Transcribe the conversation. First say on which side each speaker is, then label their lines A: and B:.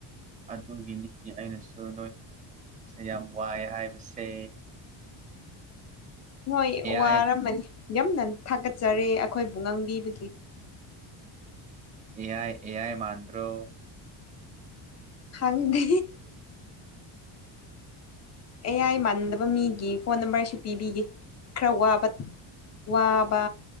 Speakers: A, on the right; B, on the left.
A: ꯑꯗꯨꯒꯤꯅꯤ ꯑꯩꯅꯁꯨ ꯅꯣꯏꯁ ꯌꯥꯝ ꯋꯥꯏ ꯍꯥꯏꯕꯁꯦ
B: ꯍꯣꯏ
A: ꯑꯦ
B: ꯋꯥꯔꯝꯃꯅꯤ
A: ꯑꯥꯏ
B: ꯌꯥꯝꯝꯗꯅꯤ ꯊꯥꯒꯠꯆꯔꯦ ꯑꯩꯈꯣꯏꯕꯨ ꯉꯥꯡꯕꯤꯕꯒꯤ
A: ꯑꯦꯌꯥꯥꯏ ꯑꯦꯌꯥꯥꯏ ꯃꯥꯟꯗ꯭ꯔꯣ
B: ꯈꯪꯗ ꯑꯦꯌꯥꯏ ꯃꯥꯟꯗꯕ ꯃꯤꯒꯤ ꯐꯣꯟ ꯅꯝꯕꯔꯁꯤ ꯄꯤꯕꯤꯒꯦ ꯈꯔ ꯋꯥꯕ ꯋꯥꯕ